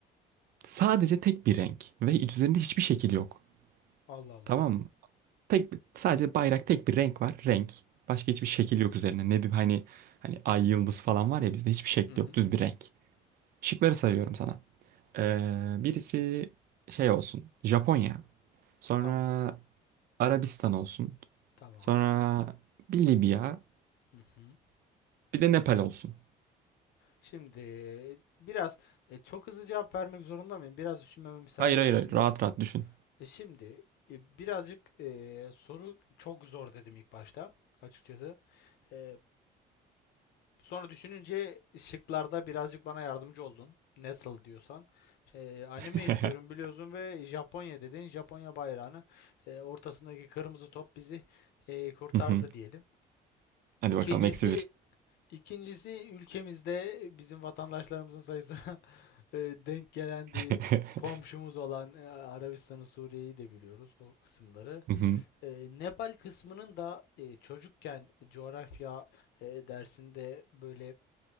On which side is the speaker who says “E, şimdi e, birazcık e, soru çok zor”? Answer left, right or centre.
Left